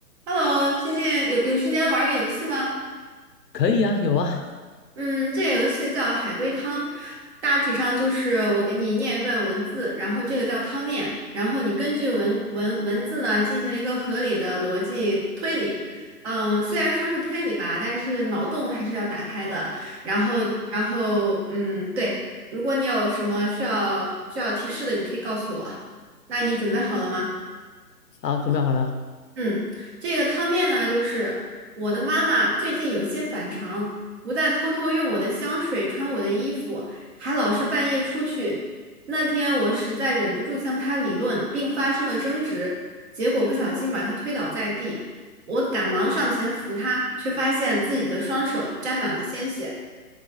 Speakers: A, on the right (about 40°); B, on the left (about 85°).
A: Hello，最近有有时间玩个游戏吗？
B: 可以啊，有啊，
A: 嗯，这个游戏叫海龟汤，大体上就是我给你念一段文字，然后这个叫汤面，然后你根据文文文字呢进行一个合理的逻辑推理。嗯，虽然说是推理吧，但是脑洞还是要打开的。然后，然后，嗯，对，如果你有什么需要需要提示的，你可以告诉我。那你准备好了吗？
B: 好，准备好了。
A: 嗯，这个汤面呢，就是我的妈妈最近有些反常，不但偷偷用我的香水穿我的衣服，还老是半夜出去。那天我实在忍不住向她理论，并发生了争执，结果不小心把她推倒在地。我赶忙上前扶她，却发现自己的双手沾满了鲜血。